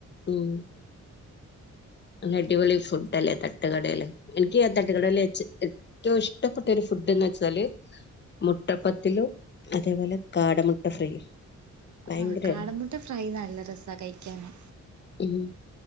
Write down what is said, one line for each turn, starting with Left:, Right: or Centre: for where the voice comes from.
Left: ഉം നല്ലടിപൊളി ഫുഡ്ഡല്ലേ തട്ടുകടേല്. എനിക്ക് തട്ടുകടേലേച് എ റ്റു ഇഷ്ടപ്പെട്ട ഒരു ഫുഡ്ന്ന് വെച്ചാല് മുട്ടപ്പത്തിലും അതേപോലെ കാടമുട്ട ഫ്രൈയും ഭയങ്കര
Right: ആഹ് കാടമുട്ട ഫ്രൈ നല്ല രസാ കഴിക്കാന്
Left: ഉം